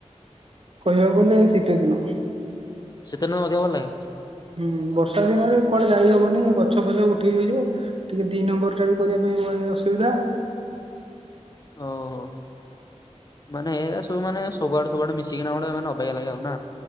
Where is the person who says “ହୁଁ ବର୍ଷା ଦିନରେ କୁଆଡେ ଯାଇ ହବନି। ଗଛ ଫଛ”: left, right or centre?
Right